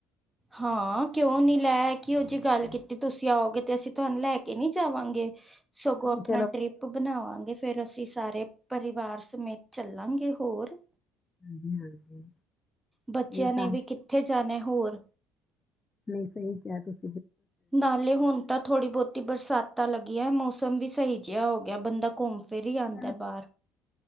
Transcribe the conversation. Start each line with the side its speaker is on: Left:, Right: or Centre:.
Centre: ਹਾਂ ਕਿਉਂ ਨਹੀਂ ਲੈ ਕੇ ਉਹ ਜਿਹੀ ਗੱਲ ਕੀਤੀ ਤੁਸੀਂ ਆਓਗੇ ਤੇ ਅਸੀਂ ਤੁਹਾਨੂੰ ਲੈ ਕੇ ਨਹੀਂ ਜਾਵਾਂਗੇ ਸਗੋਂ
Left: ਹਾਂਜੀ,
Centre: ਆਪਣਾ
Left: ਚਲੋ
Centre: ਟਰਿਪ ਬਣਾਵਾਂਗੇ ਫਿਰ ਅਸੀਂ ਸਾਰੇ ਪਰਿਵਾਰ ਸਮੇਤ ਚੱਲਾਂਗੇ ਹੋਰ
Left: ਜੀ ਹਾਂਜੀ
Centre: ਬੱਚਿਆਂ
Left: ਨਹੀਂ
Centre: ਨੇ
Left: ਤਾਂ
Centre: ਵੀ,
Left: ਹੀ-
Centre: ਕਿੱਥੇ ਜਾਣੇ ਹੋਰ?
Left: ਨਹੀਂ ਸਹੀ, ਕਿਹਾ ਤੁਸੀ।
Centre: ਨਾਲੇ ਹੁਣ ਤਾਂ, ਥੋੜ੍ਹੀ ਬਹੁਤੀ ਬਰਸਾਤਾਂ ਲੱਗੀਆਂ, ਮੌਸਮ ਵੀ, ਸਹੀ ਜਿਹਾ ਹੋ ਗਿਆ, ਬੰਦਾ ਘੁੰਮ ਫਿਰ ਹੀ ਆਂਦਾ
Left: ਪਹਿਲੇ
Centre: ਬਾਹਰ।